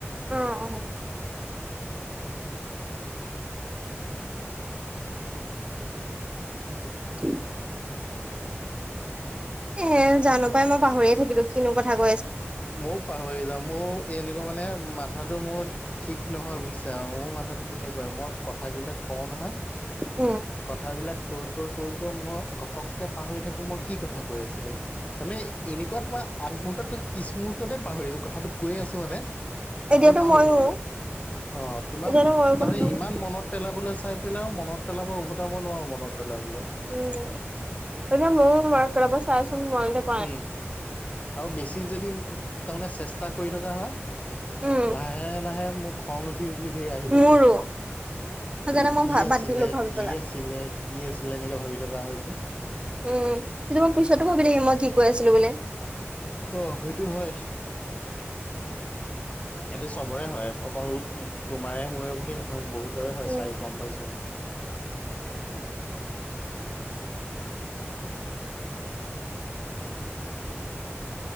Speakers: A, on the right; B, on the left.
A: অঁ-অঁ ঠ <unintelligible> এ জানো পাই মই পাহৰিয়ে থাকিলোঁ। কিনো কথা ক
B: মইয়ো পাহৰি যাওঁ মইও এনেকুৱা মানে মাথাটো মোৰ ঠিক নহয় বুইছা মোৰো মাথাটো তেনেকুৱাই মই কথাবিলাক কওঁ নহয়।
A: উম!
B: কথাবিলাক কৈ-কৈ-কৈ-কৈ মই ঘপককে পাহৰি থাকো মই কি কথা কৈ আছিলো। তামে এনেকুৱা তোমাৰ আগমুহূৰ্তত কৈছো পিছমূহৰ্ততে পাহৰিছো কথাটো কৈ আছো মানে।
A: এতিয়াতো
B: কথাটো পাহৰি
A: ময়ো
B: থাকিলো অ তোমাৰ
A: এতিয়াতো ময়ো
B: তাৰমানে
A: পাহৰিলো
B: ইমান মনত পেলাবলৈ চাই পেলাই আৰু মনত পেলাব উভটাব নোৱাৰো মনত পেলাবলৈ।
A: উম! এ মোৰ হয় মনত পেলাব চাই আছো নোৱাৰি
B: উম আৰু বেছি যদি তাৰমানে চেষ্টা কৰি থকা হয়।
A: উম,
B: লাহে লাহে মোক খং উঠি উঠি আহি
A: মোৰো
B: থাকে,
A: সেইকাৰণে মই
B: কি
A: ভা বাদ
B: আছিল
A: দিলো ভাবি
B: কি
A: পেলাই।
B: আছ ছিলে কি আছিলে এনেকে ভাবি থকা হয় যে।
A: উম কিন্তু মই পিছতো ভাবি থাকি মই কি কৈ আছিলো বুলি।
B: অ সেইটো হয়। সেইটো চবৰে হয় অকল তোমাৰে মোৰে বুলি নহয় বহুতৰে হয়
A: উম,
B: চাই গম পাইছো মই।